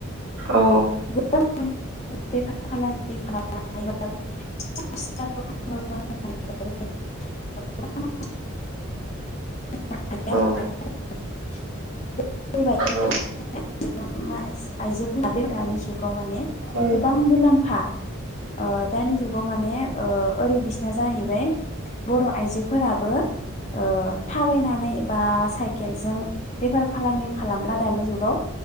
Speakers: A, on the right; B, on the left.
A: औ।
B: गोबां <unintelligible> <unintelligible> <unintelligible>
A: औ
B: <unintelligible> <unintelligible>
A: औ
B: बे दानि जुगाव माने
A: औ
B: गोबां मुलाम्फा ओ दानि जुगाव माने ओ ओरै बिसना जाहैबाय बर' आइजोफोराबो ओ थाबायनानै बा साइकेलजों बेफार फालांगि खालामला दानि जुगाव